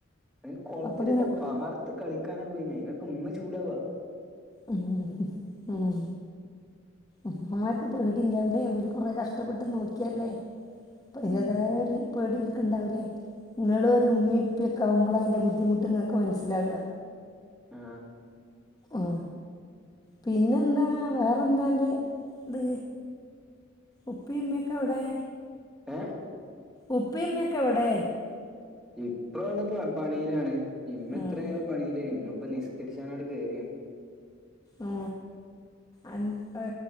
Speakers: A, in the centre; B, on the left.
A: അയ്ന് കൊളത്തിലല്ല
B: അപ്പൊ ഇങ്ങനെ പ-
A: പാടത്ത് കളിക്കാനാ പോയിനെ <unintelligible> ചൂടാവ്വാ
B: ഉം ഉം ഉം ഉമ്മാക് ക്ക് പേടിണ്ടാവുലേ ഓല് കൊറേ കഷ്ടപ്പെട്ട് നോക്ക്യല്ലേ പ്പയ്ന്റതായൊര്
A: ഉം
B: പേടി ഓൽ ക്ക്ണ്ടാവുലേ ഇങ്ങളൊരു
A: ഉം
B: മ്മീ പ്പിക്ക് ക്കാവ്മ്പളൈൻ്റെ ബുദ്ധിമുട്ട് ഇങ്ങക്ക് മൻസ്സിലാക
A: ആ
B: ഓ പിന്നെന്താ വേറെന്താന്റെ ത് ഉപ്പീം മ്മിം ക്കെവ്ടേ
A: ഏ
B: ഉപ്പീം മ്മിം ക്കെവടെ
A: ഇപ്പ വന്ന്ട്ട്ല്ല പണീലാണ് ഇമ്മത്രേരം
B: ഉം
A: പണീലേര്ന്നു ഇപ്പം നിസ്കര്ച്ചാനാണ്ട് കേറീണ്
B: ആ അൻ ഏ